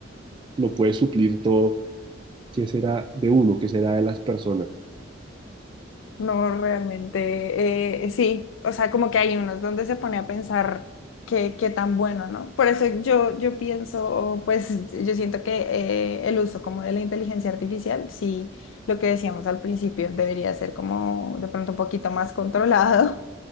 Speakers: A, on the right; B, on the left.
A: lo puedes suplir todo, ¿qué será de uno? ¿Qué será de las personas?
B: No, realmente, eh, sí, o sea, como que hay unos donde se pone a pensar qué, qué tan bueno, ¿no? Por eso yo, yo pienso, o pues yo siento que eh, el uso como de la inteligencia artificial, sí, lo que decíamos al principio, debería ser como de pronto un poquito más controlado,